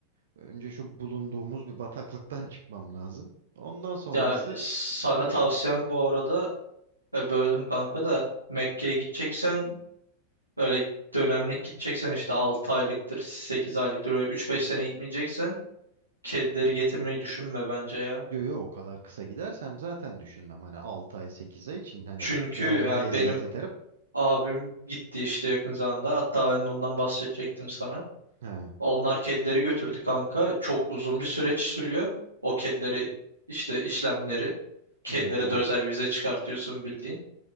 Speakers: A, on the right; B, on the right.
A: Önce şu bulunduğumuz bir bataklıktan <laughs> çıkmam lazım. Ondan sonrası
B: Ya sana
A: yine
B: tavsiyem bu arada, e, böldüm kanka da Mekke'ye gideceksen öyle dönemlik gideceksen işte 6 aylıktır, 8 aylıktır öyle 3-5 sene gitmeyeceksen kedileri getirmeyi düşünme bence ya.
A: diyor "Yo, o kadar kısa gidersem zaten düşünmem. Hani 6 ay 8 ay için hani
B: Çünkü
A: ve
B: yani
A: onlara eziyet
B: benim
A: ederim.
B: abim gitti işte yakın zamanda. Hatta ben de ondan bahsedecektim sana.
A: He,
B: Onlar kedileri götürdü kanka. Çok uzun bir süreç sürüyor. O kedileri işte işlemleri. Kedilere
A: evet evet
B: de özel vize çıkartıyorsun bildiğin.